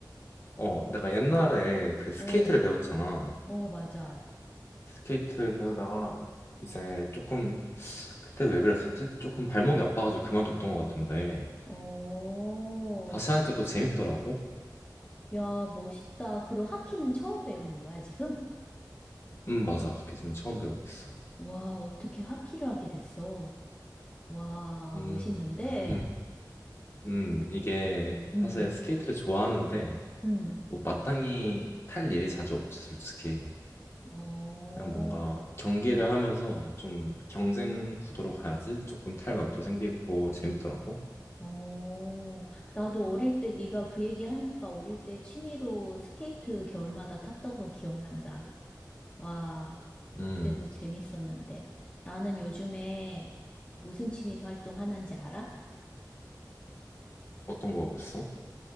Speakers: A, on the left; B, on the left.
A: 어, 내가 옛날에 그 스케이트를
B: 어,
A: 배웠잖아.
B: 어, 맞아.
A: 스케이트 배우다가 이제 조금, 그때 왜 그랬었지? 조금 발목이 아파가지고 그만뒀던 것 같은데.
B: 어,
A: 다시 하니까 또 재밌더라고.
B: 야, 멋있다. 그럼 하키는 처음 배우는 거야, 지금?
A: 음, 맞아. 하키 지금 처음 배우고 있어.
B: 와, 어떻게 하키를 하게 됐어? 와,
A: 음,
B: 멋있는데?
A: <laughs> 음, 이게
B: 음,
A: 사실 스케이트를 좋아하는데,
B: 음,
A: 뭐 마땅히 탈 일이 자주 없지, 솔직히.
B: 어.
A: 그냥 뭔가 경기를 하면서 좀 경쟁 구도로 가야지 조금 탈맛도 생기고 재밌더라고.
B: 어, 나도 어릴 때 네가 그 얘기 하니까 어릴 때 취미로 스케이트 겨울마다 탔던 거 기억난다. 와,
A: 음,
B: 그때도 재밌었는데. 나는 요즘에 무슨 취미 활동 하는지 알아?
A: 어떤 거 하고 있어?